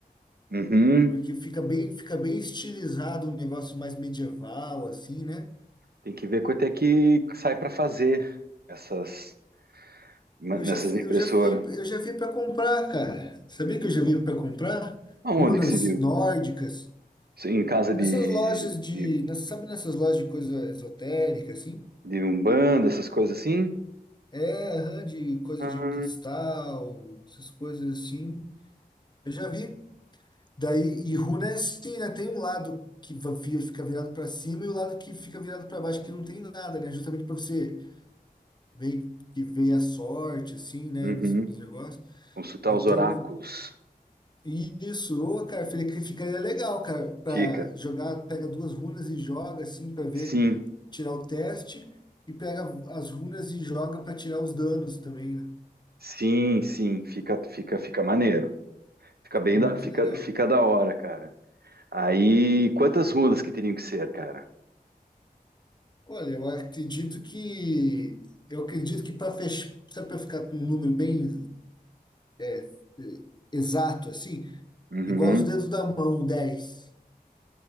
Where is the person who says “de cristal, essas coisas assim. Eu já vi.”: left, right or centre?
Left